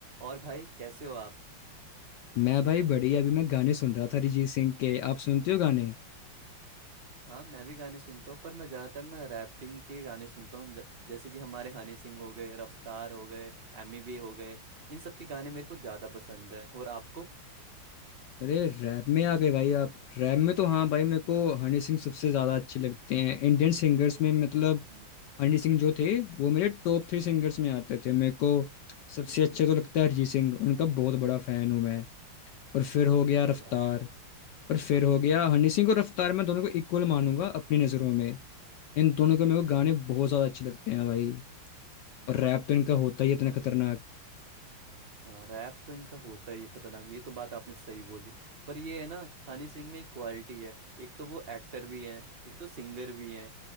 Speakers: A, on the right; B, on the left.
A: और भाई कैसे हो आप
B: मैं भाई बढ़िया अभी मैं गाने सुन रहा था अरिजीत सिंह के आप सुनते हो गाने
A: हाँ मैं भी गाने सुनता हूँ पर मैं ज़्यादातर ना रैपिंग के गाने सुनता हूँ ज- जैसे कि हमारे हनी सिंह हो गए रफ्तार हो गए एमी वे हो गए इन सब के गाने मेरे को ज़्यादा पसंद है और आपको
B: अरे रैप में आ गए भाई आप रैप में तो हाँ भाई
A: हम्म
B: मेरे को हनी सिंह सबसे ज्यादा अच्छे लगते हैं इंडियन सिंगर्स में मतलब
A: हम्म
B: हनी सिंह जो थे वो मेरे टॉप थ्री
A: हम्म
B: सिंगर्स में आते थे मेरे को सबसे
A: हम्म,
B: अच्छे तो लगता है अरिजीत सिंह उनका बहुत बड़ा फैन हूँ मैं और फिर हो गया
A: क्या
B: रफ्तार
A: बात है
B: और फिर हो
A: हम्म
B: गया हनी सिंह और रफ्तार मैं दोनों को इक्वल मानूंगा अपनी नज़रों में इन दोनों के मेरे
A: अच्छा
B: को गाने बहुत ज्यादा अच्छे लगते हैं भाई
A: हम्म
B: और रैप तो इनका होता ही है इतना खतरनाक
A: हाँ रैप तो इनका होता ही है खतरनाक ये तो बात आपने सही बोली पर ये है ना हनी सिंह में एक क्वालिटी है एक तो वो एक्टर भी हैं एक तो सिंगर भी हैं